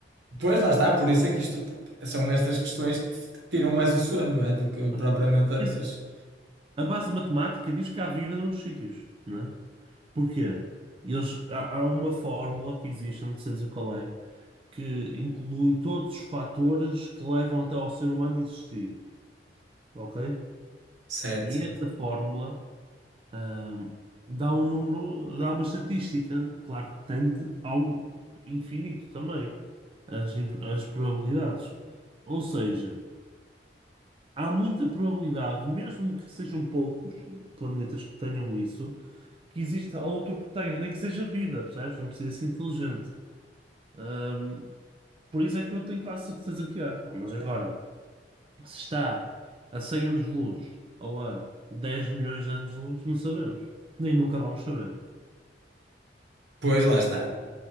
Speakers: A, on the right; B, on the right.
A: Pois lá está, por isso é que isto são estas questões que te tiram mais o sono, não é? Do que
B: Mas,
A: propriamente
B: porque
A: as.
B: assim, A base matemática diz que há vida noutros sítios, não é? Porquê? Eles, há, há uma fórmula que existe, não sei dizer qual é, que inclui todos os fatores que levam até ao ser humano existir, ok?
A: Certo.
B: E essa fórmula, ahm, dá um número, dá uma estatística, claro que tende ao infinito também, as, imp- as probabilidades. Ou seja, há muita probabilidade, mesmo que sejam poucos planetas que tenham isso, que exista outro que tenha, nem que seja vida, percebes? Não precisa ser inteligente. Ahm, por isso é que eu tenho quase certeza que há. pá. Mas agora, se está a 100 anos de luz ou a 10 milhões de anos de luz, não sabemos. Nem nunca vamos saber.
A: Pois lá está.